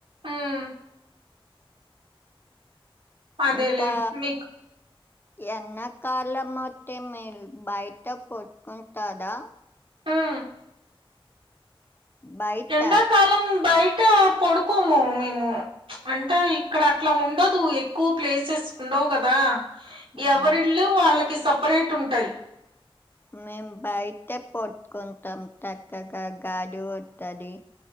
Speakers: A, on the right (about 75°); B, on the left (about 20°).
A: ఉమ్ అదేలే
B: ఇంకా
A: మీకు
B: ఎన్నాకాలాం మోత్తే మీరు బయట పట్టుకుంటాదా
A: ఉమ్
B: బయట
A: ఎండాకాలం బయట పడుకోము మేము అంటే ఇక్కడ అట్లా ఉండదు ఎక్కువ ప్లేసెస్ ఉండవు కదా
B: మ్మ్
A: ఎవరిళ్లు వాళ్ళకి సపరేట్ ఉంటాయి
B: మేము బయటే పట్టుకుంటాం చక్కగా గాలి ఒత్తది